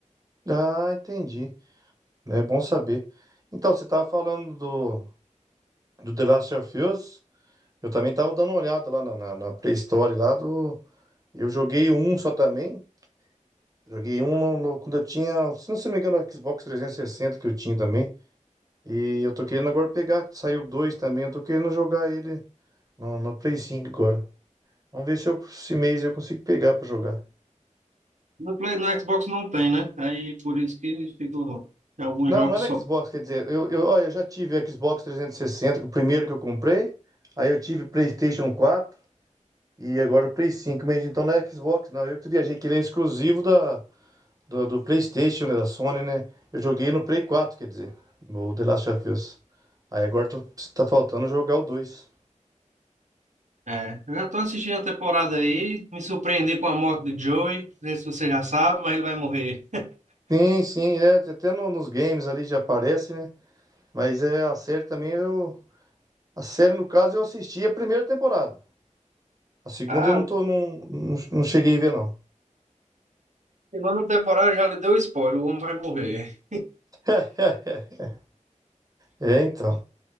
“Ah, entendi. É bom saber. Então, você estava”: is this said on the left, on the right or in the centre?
Right